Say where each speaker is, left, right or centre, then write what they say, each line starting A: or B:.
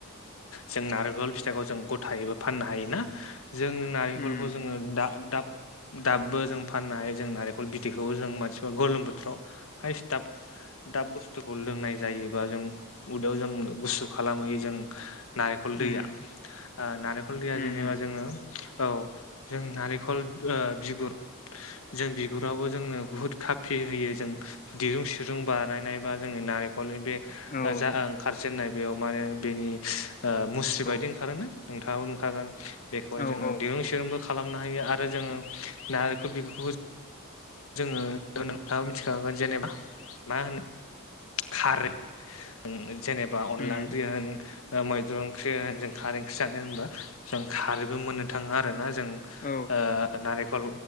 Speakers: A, on the left; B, on the left.
A: जों नारेंखल फिथाइखौ जों गथायैबो फाननो हायोना जों रिखलखौ
B: उम
A: जोङो दाब दाबबो जों फाननो हायो जों नारेंखल बिदैखौबो जों सोरबा गोलोम बोथोराव हाइस दाब दाब बुस्थुखौ लोंनाय जायोबा जों उदैयाव जों गुसु खालामहैयो जों नारिखल
B: उम
A: दैया नारिखल दैया
B: उम
A: जेनेबा
B: उम
A: जोङो औ। जों नारिखल बिगुर जों बिगुरावबो जोंनो बुहुद खाफि होयो जों दिरुं सिरुं बानायनायबा जोंङो‌ जि खलनि बे
B: औ
A: जा ओंखारजेन्नाय बेयाव माने बेनि मुस्रि
B: औ
A: बादि ओंखारोना नोंथांङाबो नुखागोन बेखौहाय
B: औ
A: जोंङो
B: औ
A: दुं जोरोंबो खालामनो हायो आरो जोंङो नारेंखल बिगुर जोंङो नोंथांङाबो मिथिखांगोन जेनेबा मा होनो खारै ओ‌ जेनेबा अनला
B: उम
A: ओंख्रि होन मैद्रु ओंख्रि होन जों खारै ओंख्रि जानो होनबा जों खारैबो मोननो थाङा आरो ना जोंङो नारेंखल
B: औ